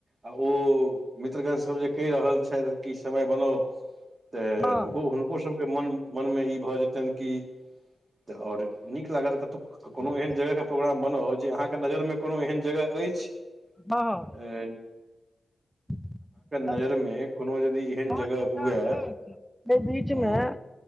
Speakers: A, on the right (about 35°); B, in the centre.
A: आ ओ मित्रगणसभ जे कहि रहल छथि कि समय बनाउ तऽ
B: हँ
A: ओहो हुनको सब मन मनमे ई भऽ जेतनि कि त आओर नीक लागत कतौ कोनो
B: हँ
A: एहन जगह के प्रोग्राम बनाउ जे अहाँके नजर मे कोनो एहन जगह अछि
B: हँ
A: <unintelligible> एन
B: <unintelligible> हँ
A: नजरिमे कोनो यदि एहन जगह
B: एकटा
A: हुए
B: अछि एहि बीचमे
A: हँ